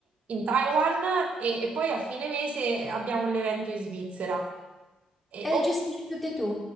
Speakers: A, on the right; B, in the centre.
A: in Taiwan e, e poi a fine mese abbiamo l'evento in Svizzera. E
B: E li gestisci tutti tu?